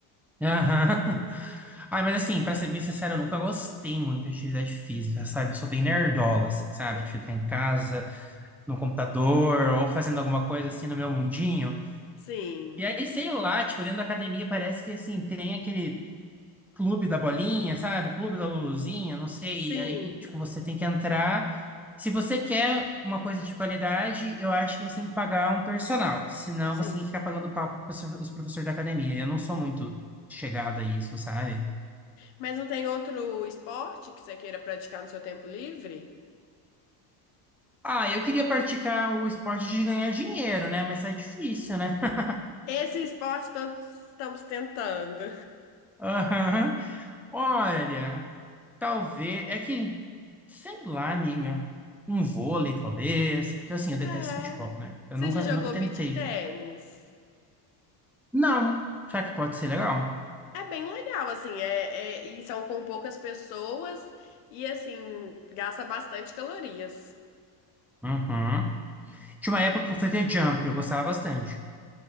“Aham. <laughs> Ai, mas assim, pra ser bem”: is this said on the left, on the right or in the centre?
Centre